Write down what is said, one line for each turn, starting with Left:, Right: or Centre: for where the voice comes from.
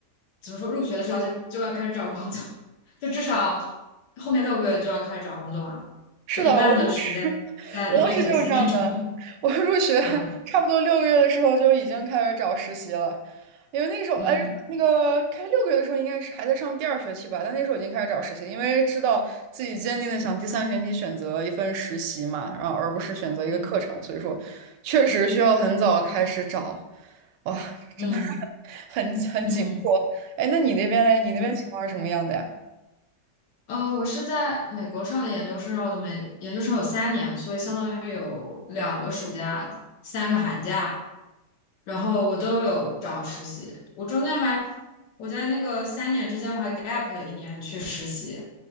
Left: 怎么说，入学的时候就就要开始找工作，<laughs> 就至少后面六个月就要开始找工作了，
Right: 是的，
Left: 就一半的时间在一边学习一边找工作，
Right: 我当时 <laughs> 我当时就是这样的。我入学差不多六个月的时候就已经开始找实习了，
Left: 嗯
Right: 因为那个时候哎，
Left: 嗯
Right: 那个开六个月的时候应该是还在上第二学期吧，但那时候已经开始找实习，因为知道自己坚定的想第三学期选择一份实习嘛，然后而不是选择一个课程，
Left: 嗯
Right: 所以说确实需要很早开始找，哇，真的
Left: 嗯
Right: <laughs> 很很紧迫。
Left: 嗯
Right: 哎，那你那边嘞？你那边情况是什么样的呀？
Left: 嗯。呃，我是在美国上的研究生，我的美研究生有三年，所以相当于有两个暑假，三个寒假，然后我都有找实习。我中间还，我在那个三年之间，我还 gap 了一年去实习。